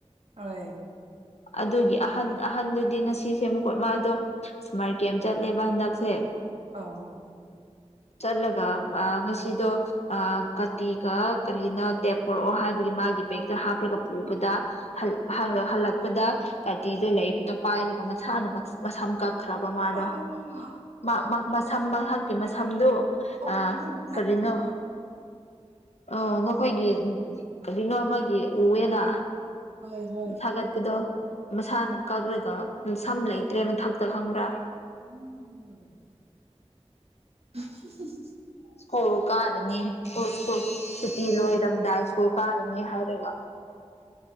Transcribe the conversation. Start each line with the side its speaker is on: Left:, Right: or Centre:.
Right: ꯍꯣꯏ
Left: ꯑꯗꯨꯒꯤ ꯑꯍꯟ ꯑꯍꯟꯗꯨꯗꯤ ꯉꯁꯤꯁꯦ ꯃꯈꯨꯀꯨꯠ ꯃꯥ ꯑꯗꯣ ꯁꯨꯃꯥꯔ ꯀꯦꯝ ꯆꯠꯂꯦꯕ ꯍꯟꯗꯛꯁꯦ
Right: ꯑꯧ
Left: ꯆꯠꯂꯒ <unintelligible> ꯉꯁꯤꯗꯣ ꯑꯥ ꯀꯥꯇꯤꯒ ꯀꯔꯤꯅꯣ ꯇꯦꯞ ꯄꯨꯔꯛꯑꯣ ꯍꯥꯏꯕꯒꯤ ꯃꯥꯒꯤ ꯕꯦꯛꯇ ꯍꯥꯞꯂꯒ ꯄꯨꯕꯗ ꯍꯜ ꯍꯜ ꯍꯜꯂꯛꯄꯗ ꯀꯥꯇꯤꯗꯨ ꯂꯩꯕꯗꯨ ꯄꯥꯏꯔꯒ ꯃꯁꯥꯅ <unintelligible> ꯃꯁꯝ ꯀꯛ ꯈ꯭ꯔꯕ ꯃꯥꯗꯣ
Right: ꯑꯣ
Left: ꯃꯥ ꯃꯥ ꯃꯁꯝ ꯃꯊꯛꯀꯤ ꯃꯁꯝꯗꯨ
Right: ꯑꯣ
Left: ꯑꯥ
Right: ꯅꯪ
Left: ꯀꯔꯤꯅꯣ ꯑꯣ ꯅꯈꯣꯏꯒꯤ <unintelligible> ꯀꯔꯤꯅꯣꯃꯒꯤ ꯎꯋꯦꯅ
Right: ꯍꯣꯏ ꯍꯣꯏ
Left: ꯁꯥꯒꯠꯄꯗꯣ ꯃꯁꯥꯅ
Right: ꯎꯝ
Left: ꯀꯛꯂꯒ ꯁꯝ ꯂꯩꯇ꯭ꯔꯦ ꯃꯊꯛꯇ ꯈꯪꯕ꯭ꯔꯥ
Right: <unintelligible> <unintelligible>
Left: ꯁ꯭ꯀꯨꯜ ꯀꯥꯔꯅꯤ ꯁ꯭ꯀꯨꯜ ꯁ꯭ꯀꯨꯜ ꯁꯨꯇꯤ ꯂꯣꯏꯔꯝꯗꯥꯏ ꯁ꯭ꯀꯨꯜ ꯀꯥꯔꯅꯤ ꯍꯥꯏꯔꯒ